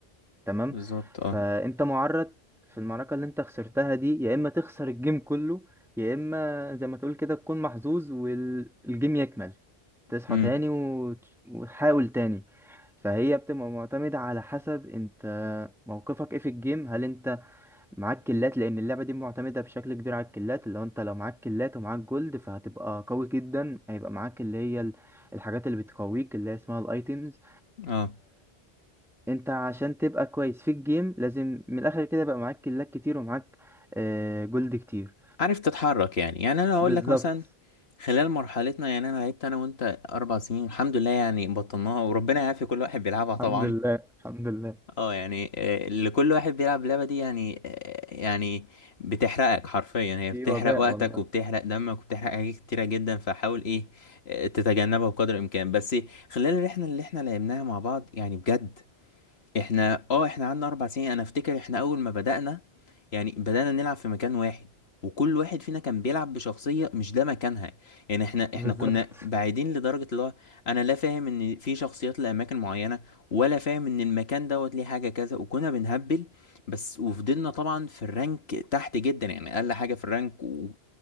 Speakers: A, in the centre; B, on the left (about 80°).
A: تمام
B: بالظبط أه
A: فانت معرض في المعركة اللي انت خسرتها دي يا اما تخسر الجيم كله يا اما زي ما تقول كده تكون محظوظ والجيم يكمل تصحى
B: أمم
A: تاني وت- وتحاول تاني فهي بتبقى معتمدة على حسب انت موقفك ايه في الجيم هل انت معاك كلات لان اللعبة دي معتمدة بشكل كبير على الكلات اللي هو انت لو معاك كلات ومعاك جولد فهتبقى قوي جدا هيبقى معاك اللي هي ال- الحاجات اللي بتقويك اللي هي اسمها الايتيمز
B: أه
A: انت عشان تبقى كويس في الجيم لازم من الاخر كده يبقى معاك كلاك كتير ومعاك آه، جولد كتير
B: عارف تتحرك يعني يعني أنا هقول
A: بالظبط
B: لك مثلا خلال مرحلتنا يعني أنا لعبت أنا وأنت أربع سنين والحمد لله يعني بطلناها وربنا يعافي كل واحد بيلعبها طبعا
A: الحمد لله الحمد لله
B: اه يعني آه، اللي كل واحد بيلعب اللعبة دي يعني آه، يعني بتحرقك حرفيا هي
A: دي
B: بتحرق
A: وباء
B: وقتك
A: والله
B: وبتحرق دمك وبتحرق حاجات كتيرة جدا فحاول ايه آه، تتجنبها بقدر الامكان بس خلال الرحلة اللي احنا لعبناها مع بعض يعني بجد احنا اه احنا قعدنا اربع سنين انا افتكر احنا اول ما بدأنا يعني بدأنا نلعب في مكان واحد وكل واحد فينا كان بيلعب بشخصية مش ده مكانها يعني احنا احنا
A: بالظبط
B: كنا
A: <laughs>
B: بعيدين لدرجة اللي هو انا لا فاهم ان في شخصيات لأماكن معينة ولا فاهم ان المكان دوت ليه حاجة كذا وكنا بنهبل بس وفضلنا طبعا في الرانك تحت جدا يعني اقل حاجة في الرانك و-